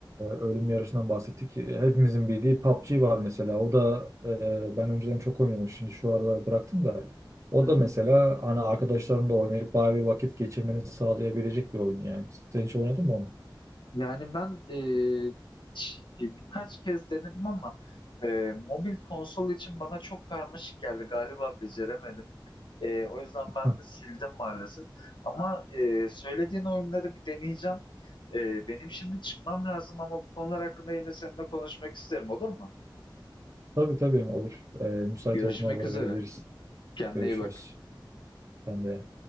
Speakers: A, on the right (about 40°); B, on the left (about 70°).
A: ölüm yarışından bahsettik. Hepimizin bildiği PUBG var mesela. O da eee, ben önceden çok oynuyordum. Şimdi şu aralar bıraktım da. O
B: Hı
A: da
B: hı.
A: mesela hani arkadaşlarımla oynayıp bayağı bir vakit geçirmeni sağlayabilecek bir oyun yani. Sen hiç oynadın mı onu?
B: Yani ben e, ş- e, birkaç kez denedim ama e, mobil konsol için bana çok karmaşık geldi. Galiba beceremedim. E, o yüzden ben
A: Heh,
B: de sildim maalesef. Ama e, söylediğin oyunları bir deneyeceğim. E, benim şimdi çıkmam lazım ama bu konular hakkında yine seninle konuşmak isterim olur mu?
A: Tabii tabii olur. Eee müsait
B: Görüşmek
A: olduğuna haber
B: üzere.
A: verebiliriz.
B: Kendine
A: Görüşürüz.
B: iyi bak.
A: Ben de.